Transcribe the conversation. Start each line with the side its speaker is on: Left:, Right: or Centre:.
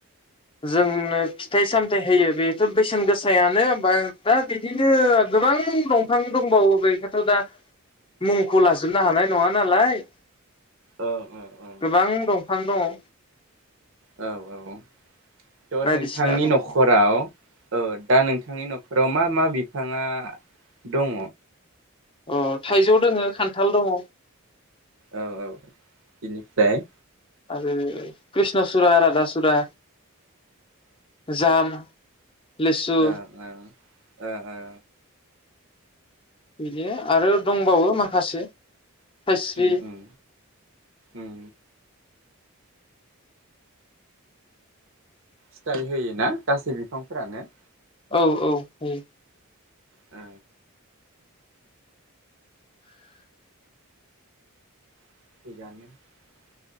Left: जोंनो फिथाइ सामथाइ होयो बेथ बेसेन गोसायानो बा दा बिदिनो गोबां दंफां दंबावो बेखोथ दा मुंखौ लाजोबनो हानाय नङा नालाय।
Right: औ औ
Left: गोबां दंफां दङ।
Right: औ औ औ थ
Left: बायदिसिना
Right: नोंथांनि
Left: दंफां
Right: न'खराव। औ दा नोंथांनि न'खराव मा मा बिफाङा दङ।
Left: अ थाइजौ दोङो खान्थाल दङ'।
Right: औ औ बिनिफ्राय
Left: आरो कृष्णसुरा रधासुरा जाम लेसु
Right: ओ ओ ओ ओ।
Left: बिदिनो आरो दंबावो माखासे। खास्रि
Right: उम उम उम फिथाइ होयोना गासै बिफांफोरानो?
Left: औ औ होयो।
Right: ओ। <inaudible>